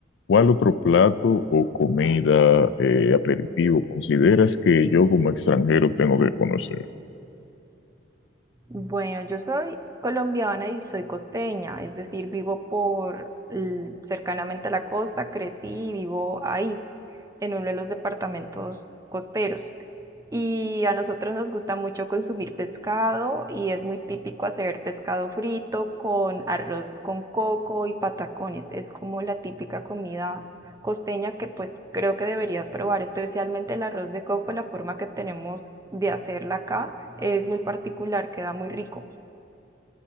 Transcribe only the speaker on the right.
Bueno, yo soy colombiana y soy costeña, es decir, vivo por l- cercanamente a la costa, crecí y vivo ahí. en uno de los departamentos costeros. Y a nosotros nos gusta mucho consumir pescado y es muy típico hacer pescado frito con arroz con coco y patacones. Es como la típica comida costeña que pues creo que deberías probar, especialmente el arroz de coco, la forma que tenemos de hacerla acá es muy particular, queda muy rico.